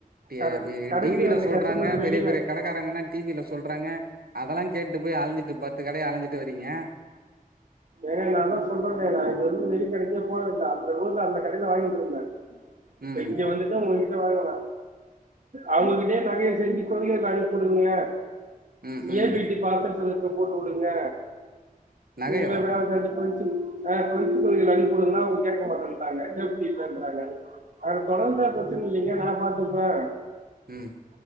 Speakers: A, on the right (about 85°); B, on the right (about 60°).
A: டே
B: கட
A: பி
B: கடைக்கு
A: டிவில
B: வந்த
A: சொல்றாங்க
B: கஸ்டமர வெளில
A: பெரிய பெரிய கடக்காரங்கனா டிவில சொல்றாங்க அதெல்லா கேட்டு போய் அழஞ்சிட்டு பத்து கடைய அழஞ்சிட்டு வறீங்க
B: ஏன்னா நாதா சொல்றனில்ல இப்ப வந்து வெளிகடைக்கே போனதில்ல அந்த ஊர்ல அந்த கடைல வாங்கிட்டு இருந்த இப்ப
A: ம்
B: இங்க வந்துட்டு உங்ககிட்ட வாங்கலா அவங்ககிட்டயே நெறயா செஞ்சு கொரியர் அனுப்புடுங்க
A: ம் ம்
B: ஏ பீட்டி பார்சல் சர்வீஸ் போட்டு வுடுங்க
A: நகையவா
B: ல்ல லெவன் தேட்டி <unintelligible> அவங்க கேட்கமாட்டன்டாங்க எப்டி இல்லன்றாங்க அது தொடர்ந்து பிரச்சன இல்லீங்க நா பா்த் அதுப்பா
A: உம்